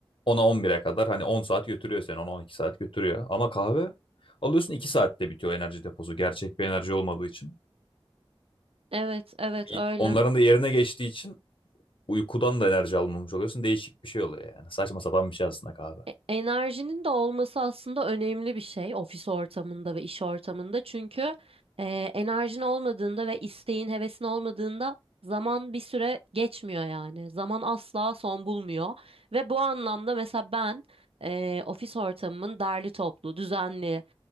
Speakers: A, on the left; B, on the right.
A: ona 10 bire kadar hani on saat götürüyor seni on on iki saat götürüyor. Ama kahve alıyorsun 2 saatte bitiyor enerji deposu gerçek bir enerji olmadığı için.
B: Evet, evet
A: Y-
B: öyle.
A: Onların da yerine geçtiği için uykudan da enerji almamış oluyorsun. Değişik bir şey oluyor yani. Saçma sapan bir şey aslında kahve.
B: E- Enerjinin de olması aslında önemli bir şey ofis ortamında ve iş ortamında. Çünkü e, enerjin olmadığında ve isteğin, hevesin olmadığında zaman bir süre geçmiyor yani. Zaman asla son bulmuyor. Ve bu anlamda mesela ben e, ofis ortamımın derli toplu, düzenli,